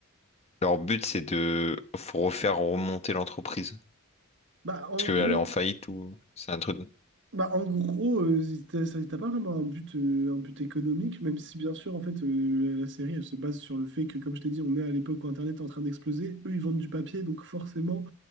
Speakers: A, on the left; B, on the right.
A: Leur but, c'est de faut refaire remonter l'entreprise.
B: Bah, en
A: Parce qu'elle
B: gros.
A: est en faillite ou. C'est un truc.
B: Bah, en gros, euh, t'as ça- t'as pas vraiment un but, euh, un but économique, même si bien sûr, en fait, euh, la la série, elle se base sur le fait que, comme je t'ai dit, on est à l'époque où Internet est en train d'exploser, eux, ils vendent du papier, donc forcément,